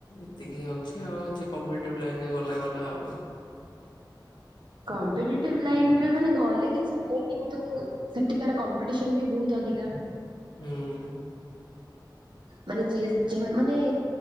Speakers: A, on the left; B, on the right.
A: ଏତିକି ହିଁ ଅଛି ଆଉ କମ୍ପିଟେଟିଭ ଲାଇନରେ ଗଲା ଗଲା ଆଉ।
B: କମ୍ପିଟେଟିଭ ଲାଇନ ରେ ମାନେ ଗଲେ କିଛି ନାଇଁ କିନ୍ତୁ ସେଠିକାର କମ୍ପିଟେସନ୍ ବି ବହୁତ ଅ ଅଧିକା ।
A: ହୁଁ ।
B: ମାନେ ଯିଏ ଯୋ ମାନେ